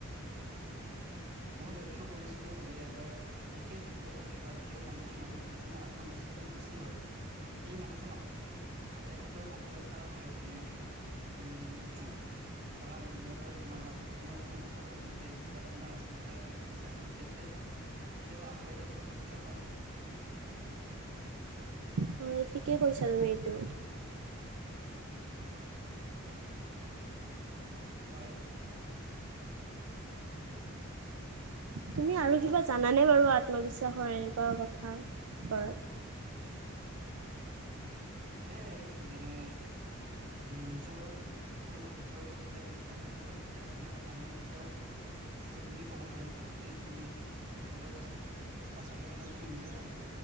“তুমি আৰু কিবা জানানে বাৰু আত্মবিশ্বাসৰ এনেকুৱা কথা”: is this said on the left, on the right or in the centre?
Right